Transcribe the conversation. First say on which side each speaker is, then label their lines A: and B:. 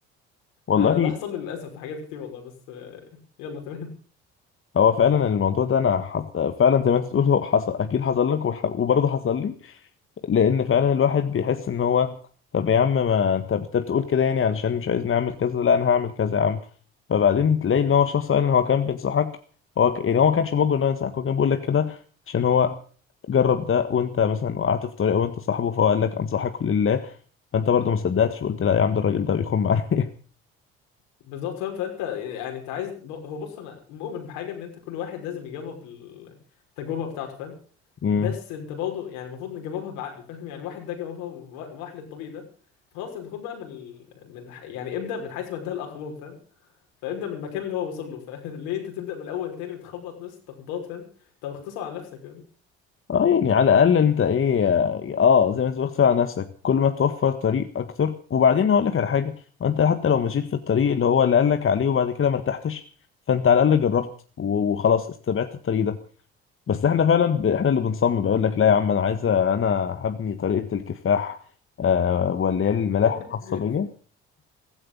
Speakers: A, on the left (about 45°); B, on the left (about 80°).
A: والله
B: انا ده حصل لي للاسف في حاجات كتير والله بس آه، يلا تمام
A: هو فعلا الموضوع ده انا حط... فعلا زي ما انت بتقول هو حصل اكيد حصل لك وح... وبرضه حصل لي لان فعلا الواحد بيحس ان هو طب يا عم ما انت بت- بتقول كده يعني علشان مش عايزني اعمل كذا لا انا هعمل كذا يا عم فبعدين تلاقي ان هو شخص فعلا هو كان بينصحك هو ك... يعني هو ما كانش موجود ان هو ينصحك هو كان بيقول لك كده عشان هو جرب ده وانت مثلا وقعت في طريقه وانت صاحبه فهو قال لك انصحك لله فانت برضه ما صدقتش وقلت لا يا عم ده الراجل ده بيخم عليا
B: بالظبط فاهم فانت يعني انت عايز ب- هو بص انا مؤمن بحاجه ان انت كل واحد لازم يجرب التجربه بتاعته فاهم
A: <laughs>
B: بس انت برضه يعني المفروض نجربها بعقل فاهم يعني واحد ده جربها وراح للطريق ده فخلاص انت خد بقى من ال- من ح- يعني ابدا من حيث ما انتهى الاخرون فاهم فابدا من المكان اللي هو وصل له فليه <laughs> انت تبدا من الاول تاني وتخبط نفس التخبطات فاهم طب اختصر على نفسك فاهم
A: اه يعني على الاقل انت ايه اه زي ما تقول اختار على نفسك كل ما توفر طريق اكتر وبعدين هقول لك على حاجه ما انت حتى لو مشيت في الطريق اللي هو اللي قال لك عليه وبعد كده ما ارتحتش فانت على الاقل جربت و- وخلاص استبعدت الطريق ده بس احنا فعلا ب... احنا اللي بنصمم بقول لك لا يا عم انا عايزه انا هبني طريقه الكفاح آه واللي هي الملاحه
B: <laughs>
A: الخاصه بيا